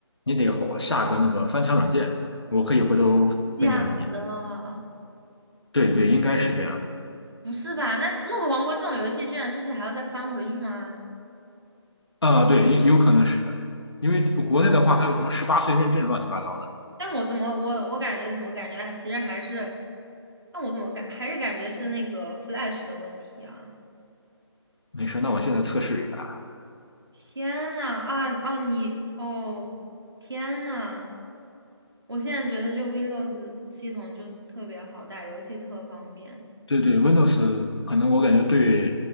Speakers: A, on the left (about 65°); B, on the right (about 60°).
A: 你得下个那个翻墙软件，我可以回头分享给你。
B: 假的，
A: 对对，应该是这样。
B: 不是吧？那《洛克王国》这种游戏居然就是还要再翻回去吗？
A: 啊、对，有有可能是的，因为国内的话还有什么十八岁认证乱七八糟的。
B: 啊，但我怎么我我感觉怎么感觉还其实还是，但我怎么感还是感觉是那个 Flash 的问题啊？
A: 没事，那我现在测试一下。
B: 天呐，啊哦你哦天呐，我现在觉得就 Windows 系统就特别好，打游戏特方便。
A: 对对，Windows 可能我感觉对